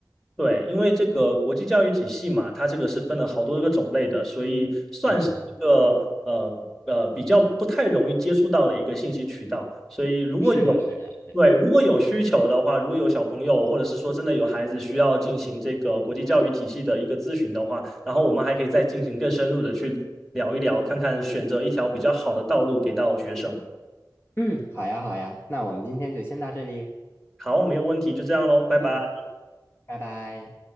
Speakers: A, in the centre; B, on the left.
A: 对，因为这个国际教育体系嘛，它这个是分了好多个种类的，所以算是一个呃呃比较不太容易接触到的一个信息渠道。
B: 嗯，
A: 所以如果有
B: 是的，是的，是的。
A: 对如果有需求的话，如果有小朋友或者是说真的有孩子需要进行这个国际教育体系的一个咨询的话，然后我们还可以再进行更深入的去聊一聊，看看选择一条比较好的道路给到学生。
B: 嗯，好呀，好呀，那我们今天就先到这里。
A: 好，没有问题，就这样喽，拜拜。
B: 嗯，拜拜。